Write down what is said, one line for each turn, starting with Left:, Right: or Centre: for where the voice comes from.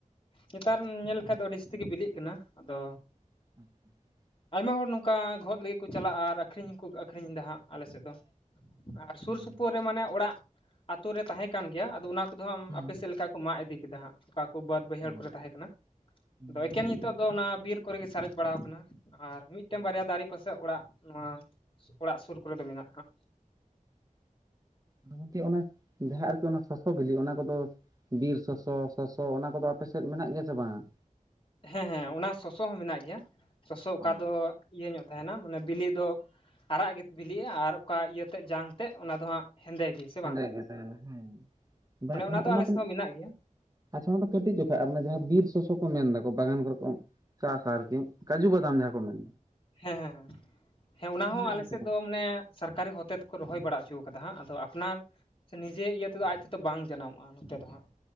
Left: ᱧᱮᱛᱟᱨ ᱧᱮᱞ ᱞᱮᱠᱷᱟᱱ ᱫᱚ ᱟᱹᱰᱤ ᱡᱟᱹᱥᱛᱤ ᱜᱮ ᱵᱤᱞᱤᱜ ᱠᱟᱱᱟ ᱟᱫᱚ
Right: <inaudible>
Left: ᱟᱭᱢᱟ ᱦᱚᱲ ᱱᱚᱝᱠᱟ ᱜᱷᱚᱫ ᱞᱟᱹᱜᱤᱫ ᱠᱚ ᱪᱟᱞᱟᱜᱼᱟ᱾ ᱟᱨ ᱟᱹᱠᱷᱨᱤᱧ ᱦᱚᱸᱠᱚ ᱟᱹᱠᱷᱨᱤᱧ ᱮᱫᱟ ᱦᱟᱸᱜ ᱟᱞᱮᱥᱮᱜ ᱫᱚ᱾ ᱟᱨ ᱥᱩᱨ
Right: ᱦᱮᱸ
Left: ᱥᱩᱯᱩᱨ ᱨᱮ ᱢᱟᱱᱮ ᱚᱲᱟᱜ ᱟᱛᱳ ᱨᱮ ᱛᱟᱦᱮᱸ ᱠᱟᱱ ᱜᱮᱭᱟ ᱟᱫᱚ ᱚᱱᱟ ᱠᱚᱫᱚ ᱦᱟᱢ
Right: ᱦᱮᱸ
Left: ᱟᱯᱮ ᱥᱮᱜ ᱞᱮᱠᱟ ᱠᱚ ᱢᱟᱜ ᱤᱫᱤ ᱠᱮᱫᱟ ᱦᱟᱸᱜ ᱚᱠᱟ ᱠᱚ ᱵᱟᱹᱫ ᱵᱟᱹᱭᱦᱟᱹᱲ
Right: ᱦᱮᱸ
Left: ᱠᱚᱨᱮ ᱛᱟᱦᱮᱸ ᱠᱟᱱᱟ
Right: ᱦᱮᱸ
Left: ᱟᱫᱚ ᱮᱠᱮᱱ ᱱᱤᱛᱚᱜ ᱫᱚ ᱚᱱᱟ ᱵᱤᱨ ᱠᱚᱨᱮᱜ ᱜᱮ ᱥᱟᱨᱮᱡ ᱵᱟᱲᱟᱣ ᱟᱠᱟᱱᱟ᱾ ᱟᱨ ᱢᱤᱫᱴᱮᱱ
Right: ᱦᱮᱸ
Left: ᱵᱟᱨᱭᱟ ᱫᱟᱨᱮ ᱯᱟᱥᱮ ᱚᱲᱟᱜ ᱱᱚᱣᱟ ᱚᱲᱟᱜ ᱥᱩᱨ ᱠᱚᱨᱮ ᱫᱚ ᱢᱮᱱᱟᱜᱼᱟ ᱦᱟᱸᱜ᱾
Right: ᱜᱚᱢᱠᱮ ᱚᱱᱮ ᱡᱟᱦᱟᱸ ᱟᱨᱠᱤ ᱚᱱᱟ ᱥᱚᱥᱚ ᱵᱤᱞᱤ ᱚᱱᱟ ᱠᱚᱫᱚ ᱵᱤᱨ ᱥᱚᱥᱚ, ᱥᱚᱥᱚ, ᱚᱱᱟ ᱠᱚᱫᱚ ᱟᱯ ᱥᱮᱫ ᱢᱮᱱᱟᱜ ᱜᱮᱭᱟ ᱥᱮ ᱵᱟᱝᱟ?
Left: ᱦᱮᱸ ᱦᱮᱸ ᱚᱱᱟ ᱥᱚᱥᱚ ᱦᱚᱸ ᱢᱮᱱᱟᱜ ᱜᱮᱭᱟ᱾ ᱥᱚᱥᱚ
Right: ᱚ
Left: ᱚᱠᱟ ᱫᱚ ᱤᱭᱟᱹ ᱧᱚᱜ ᱛᱟᱦᱮᱱᱟ ᱢᱟᱱᱮ ᱵᱤᱞᱤ ᱫᱚ ᱟᱨᱟᱜ ᱜᱮ ᱵᱤᱞᱤᱜᱼᱟ, ᱟᱨ ᱚᱠᱟ ᱤᱭᱟᱹ ᱛᱮᱫ ᱡᱟᱝ ᱛᱮᱫ ᱚᱱᱟ ᱫᱚ ᱦᱟᱸᱜ ᱦᱮᱸᱫᱮ ᱜᱮ᱾ ᱥᱮ ᱵᱟᱝ
Right: ᱦᱮᱸᱫᱮ ᱜᱮᱛᱟᱦᱮᱱᱟ ᱦᱮᱸ ᱵᱟ
Left: ᱚᱱᱮ
Right: ᱚᱱ ᱚᱱᱟ
Left: ᱟᱞᱮ ᱥᱮᱫ
Right: ᱫᱚ
Left: ᱦᱚᱸ ᱢᱮᱱᱟᱜ ᱜᱮᱭᱟ
Right: ᱟᱪᱪᱷᱟ ᱚᱱᱟ ᱫᱚ ᱠᱟᱹᱴᱤᱡ ᱡᱚᱠᱷᱚᱡ ᱟᱨ ᱚᱱᱟ ᱡᱟᱦᱟᱸ ᱵᱤᱨ ᱥᱚᱥᱚ ᱠᱚ ᱢᱮᱱ ᱫᱟᱠᱚ ᱵᱟᱜᱟᱱ ᱠᱚᱨᱮ ᱠᱚ ᱪᱟᱥᱟ ᱟᱨᱠᱤ ᱠᱟᱡᱩ ᱵᱟᱫᱟᱢ ᱡᱟᱦᱟᱸ ᱠᱚ ᱢᱮᱱ
Left: ᱦᱮᱸ ᱦᱮᱸ ᱦᱮᱸ ᱦᱮᱸ ᱚᱱᱟ ᱦᱚᱸ ᱟᱞᱮᱥᱮᱫ
Right: ᱜᱮᱭᱟ ᱥᱮ ᱵᱟᱝ?
Left: ᱫᱚ ᱢᱟᱱᱮ ᱥᱚᱨᱠᱟᱨᱤ ᱦᱚᱛᱮ ᱛᱮᱠᱚ ᱨᱚᱦᱚᱭ ᱵᱟᱲᱟᱜ ᱪᱩᱣ ᱠᱟᱫᱟ ᱦᱟᱸᱜ ᱟᱫᱚ ᱟᱯᱱᱟᱨ ᱥᱮ ᱱᱤᱡᱮ ᱤᱭᱟᱹ ᱛᱮᱫᱚ ᱟᱡ ᱛᱮᱫᱚ ᱵᱟᱝ ᱡᱟᱱᱟᱢᱚᱜᱼᱟ ᱱᱚᱛᱮ ᱫᱚ ᱦᱟᱸᱜ᱾